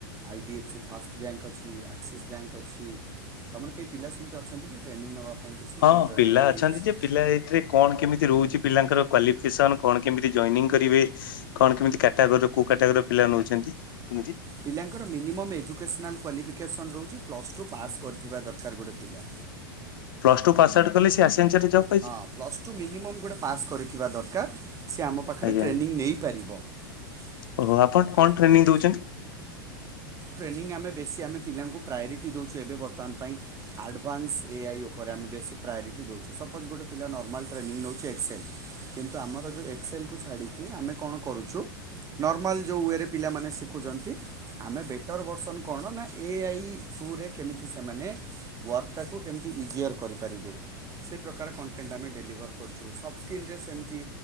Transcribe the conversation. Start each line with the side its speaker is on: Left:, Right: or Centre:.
Right: I D F C first bank ଅଛି, ଆକ୍ସିସ୍ ବ୍ୟାଙ୍କ ଅଛି। ତମର କେହି ପିଲା ସେମିତି ଅଛନ୍ତି କି ଟ୍ରେନିଂ ନବା ପାଇଁ କିଛି
Left: ହଁ
Right: ତମର
Left: ପିଲା
Right: ରିଲେଟିଭ୍ସ?
Left: ଅଛନ୍ତି ଯେ ପିଲା ଏଇଥିରେ କଣ କେମିତି ରହୁଛି ପିଲାଙ୍କର କ୍ୱାଲିଫିକେସନ୍, କଣ କେମିତି ଜଏନିଂ କରିବେ? କଣ କେମିତି କାଟାଗୋରୀ ର କୋଉ କାଟାଗୋରି ର ପିଲା ନଉଛନ୍ତି କେମିତି
Right: ପିଲାଙ୍କର ମିନିମମ୍ ଏଜୁକେସନାଲ୍ କ୍ୱାଲିଫିକେସନ୍ ରହୁଛି ପ୍ଲସ୍ ଟୁ ପାସ୍ କରିଥିବା ଦରକାର ଗୋଟେ ପିଲା।
Left: ପ୍ଲସ୍ ଟୁ ପାସ୍ ଆଉଟୁ କଲେ ସେ ଅସେନସିଆଲି ଜବ
Right: ହଁ ପ୍ଲସଟୁ ମିନିମମ୍ ଗୋଟେ ପାସ୍ କରିଥିବା ଦରକାର, ସେ ଆମ ପାଖରେ
Left: ଆଜ୍ଞା
Right: ଟ୍ରେନିଂ ନେଇପାରିବ। ହେଲା
Left: ଓହୋ ଆପଣ କଣ ଟ୍ରେନିଂ ଦଉଛନ୍ତି?
Right: ଟ୍ରେନିଂ ଆମେ ବେଶୀ ଆମେ ପିଲାଙ୍କୁ ପ୍ରାୟୋରିଟି ଦେଉଛୁ, ଏବେ ବର୍ତ୍ତମାନ ପାଇଁ ଆଡ଼ଭାନ୍ସ ଏ ଆ ଇ ଉପରେ ଆମେ ବେଶୀ ପ୍ରାୟୋରିଟି ଦେଉଛୁ, ସପୋଜ୍ ଗୋଟେ ପିଲା ନର୍ମାଲ୍ ଟ୍ରେନିଂ ନେଉଛି ଏକ୍ସେଲ୍ କିନ୍ତୁ ଆମର ଯେଉଁ ଏକ୍ସଲକୁୁ ଛାଡ଼ିକି ଆମେ କଣ କରୁଚୁ ନର୍ମାଲ୍ ଯେଉ ୱେରେ ପିଲାମାନେ ଶିଖୁଛନ୍ତି, ଆମେ ବେଟ ଟର ଭର୍ସନ୍ କଣ ନା, ଏ ଆଇ ଥ୍ରୁରେ କେମିତି ସେମାନେ ୱାର୍କଟାକୁ କେମିତି ଇଜିଅର କରିପାରିବେ। ସେ ପ୍ରକାର କଣ୍ଟେଣ୍ଟ ଆମେ ଡେଲିଭର୍ କରୁଛୁ। ସଫ୍ଟସ୍କ୍ରିନ୍ ରେ ସେମିତି